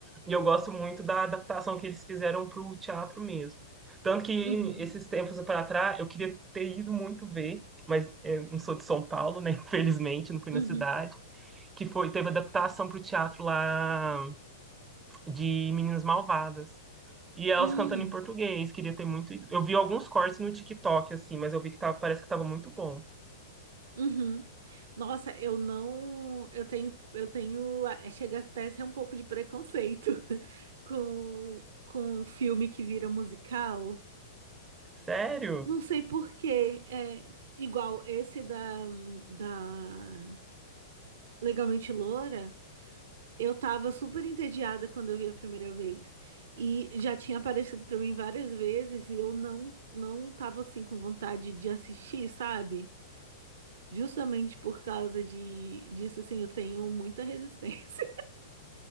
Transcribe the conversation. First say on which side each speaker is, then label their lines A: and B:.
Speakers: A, on the right (about 15°); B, on the right (about 55°).
A: e eu gosto muito da adaptação que eles fizeram para o teatro mesmo. Tanto que
B: Uhum.
A: esses tempos para trás eu queria ter ido muito ver, mas é, não sou de São Paulo, né? <laughs> Infelizmente, não fui
B: Uhum.
A: na cidade que foi, teve adaptação para o teatro lá de Meninas Malvadas. E elas
B: Uhum.
A: cantando em português, queria ter muito. ido. Eu vi alguns cortes no TikTok, assim, mas eu vi que tava, parece que tava muito bom.
B: Uhum. Nossa, eu não. Eu tenho. Eu tenho. é, Chega até a ser um pouco de preconceito <laughs> com, com um filme que vira musical.
A: Sério?
B: Não sei por quê. É igual esse da, da Legalmente Loura. Eu tava super entediada quando eu vi a primeira vez. E já tinha aparecido pra mim várias vezes e eu não não tava assim com vontade de assistir, sabe? Justamente por causa de disso assim, eu tenho muita resistência.